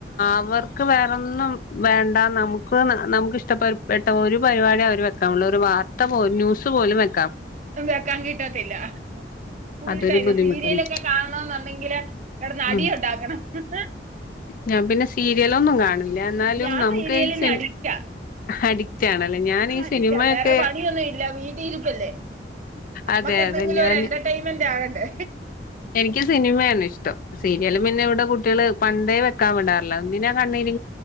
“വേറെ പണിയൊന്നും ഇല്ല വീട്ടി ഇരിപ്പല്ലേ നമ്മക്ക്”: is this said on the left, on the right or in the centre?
Right